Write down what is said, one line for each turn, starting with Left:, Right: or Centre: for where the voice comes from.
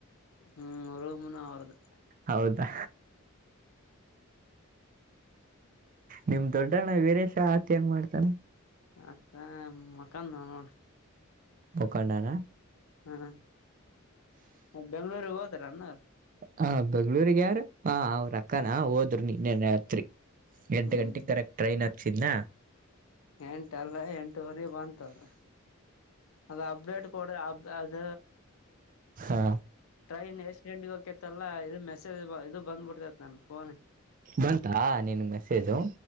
Left: ಹ್ಮ್ ರೂಮುವೆ ಅವ್ರ್ದೆ
Right: ಹೌದಾ ನಿಮ್ ದೊಡ್ಡಣ್ಣ ವೀರೇಶ ಆತ ಏನ್ ಮಾಡ್ತಾನ
Left: ಆತ ಮಕ್ಕದನ ನೋಡು
Right: ಮುಖಂಡಾರ
Left: ಹಾ ಮ ಬೆಂಗಳೂರಿಗೆ ಹೋದಾರ ಅ್ಣ
Right: ಹ ಬೆಂಗಳೂಗ ಯಾರು ಹ ಅವ್ರ ಅಕ್ಕಾನ ಹೋದ್ರರು ನಿನ್ನೆನ ಹತ್ರಿ ಎಂಟು
Left: ಹ್ಮ್
Right: ಗಂಟೆಗೆ ಕರೆಕ್ಟ್ ಟ್ರೈನ್ ಹಚ್ಚಿದ್ನಾ
Left: ಎಂಟಲ್ಲ ಎಂಟ ನಿ ಬಂತದ ಅದು ಅಪ್ಡೇಟ್ ಕೊಡ ಅ ಅದ
Right: ಹಾ
Left: ಟ್ರೈನ್ ಎಷ್ಟಂಡಿಗೆ ಹೋಗಕಿತ್ತಲ್ಲ ಇದು ಮೆಸೇಜ್ ಇದು ಬಂದ್ಬಿಡ್ತೇತ್ ನನ್ ಫೋನ್
Right: ಬಂತಾ ನಿನ್ ಮೆಸೇಜು